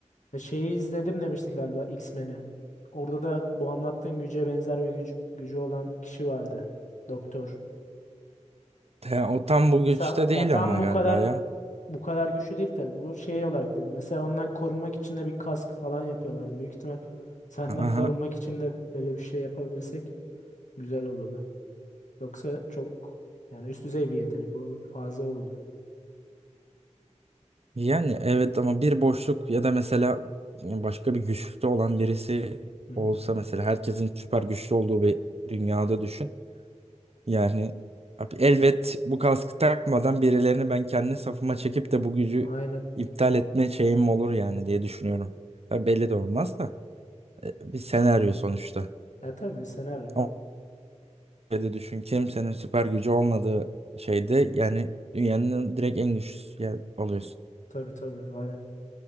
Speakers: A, on the left; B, on the right.
A: Ya şeyi izledim demiştin galiba X-Men'i. Orada da bu anlattığın güce benzer bir güç, gücü olan kişi vardı. Doktor.
B: Te- o tam bu
A: İnsan
B: güçte değil
A: ya tam
B: ama
A: bu
B: galiba
A: kadar
B: ya.
A: bu kadar güçlü değil tabii. Bu şey olarak dedim. Mesela ondan korunmak için de bir kask falan yapıyorlardı. Büyük ihtimal senden
B: Aha.
A: korunmak için de öyle bir şey yapabilsek güzel olurdu. Yoksa çok yani üst düzey bir yetenek olur, fazla olurdu.
B: Yani evet ama bir boşluk ya da mesela yani başka bir güçte olan birisi
A: Hı-hı.
B: olsa mesela herkesin süper güçlü olduğu bir dünyada düşün. Yani abi elbet bu kaskı takmadan birilerini ben kendi safıma çekip de bu gücü
A: Aynen.
B: iptal etme şeyim olur yani diye düşünüyorum. Ya belli de olmaz da e, bir senaryo sonuçta.
A: Ya tabii bir senaryo.
B: Ama öyle de düşün kimsenin süper gücü olmadığı şeyde yani dünyanın direkt en güçlüsü ya- oluyorsun.
A: Tabii tabii. Aynen.